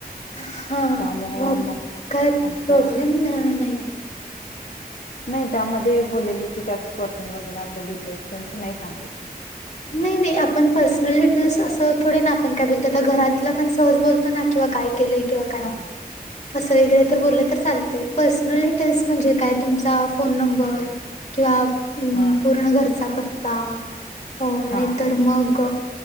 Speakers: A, on the left; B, on the left.
A: हा
B: त्यामुळं
A: मग
B: मगं
A: काय
B: म्हंटल.
A: प्रॉब्लेम नाहीये.
B: नाही त्यामध्ये बोललेली की त्यात पर्सनल वगैरे आपलं डिटेल्स त्यांच नाही सांगायचे.
A: नाही नाही आपण पर्सनल डिटेल्स असं थोडे ना आपण काय बोलतो आता घरातला पण सहज बोलतो ना किंवा काही केलंय किंवा काही
B: हा
A: नाही. असं वगैरे तर बोललं तर चालतं पर्सनल डिटेल्स म्हणजे काय तुमचा फोन नंबर. किंवा
B: हा
A: पूर्ण घरचा पत्ता. हो नाही
B: हा
A: तर मग